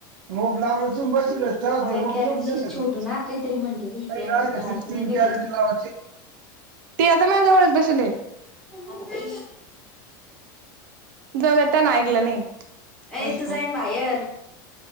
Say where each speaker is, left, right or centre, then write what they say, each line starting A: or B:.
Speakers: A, on the right; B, in the centre.
A: रोप लाव त बस ठरवते
B: अवै
A: रोप
B: त्या दिवशी
A: लावून
B: छोटू ना काहीतरी म्हणले बाई
A: ंटी
B: त्यांना खरं ऐकू नाही गेलं
A: ला ते आता माझ्या जवळच बसेले
B: आता प
A: दता ना ऐकलं नाही
B: ए तू जाईन बाहेर